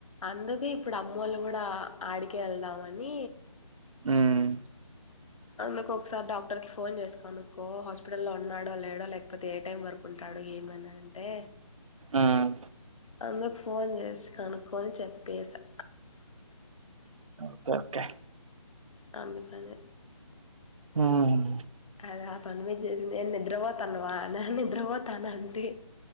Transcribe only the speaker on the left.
అందుకే ఇప్పుడు మ్ అమ్మ వాళ్ళు కూడా ఆడికి కెళ్దామని
అందు ఒకసారి డాక్టర్ క ఫోన్ చేసుకోనుక్కకో హాస్పిటలో ఉన్నాడో లేడో లేకపోతే ఏ టైమ్ వరకు ఉండ అంటాడు ఏమని అంటే
అందుకు ఫోన్ చేసి కనుక్కొని చెప్పేసా
అందుకని
అద ఆ పనిమీద నేను నిద్ర పోతాను వా నే నిద్రపోతాను అంటి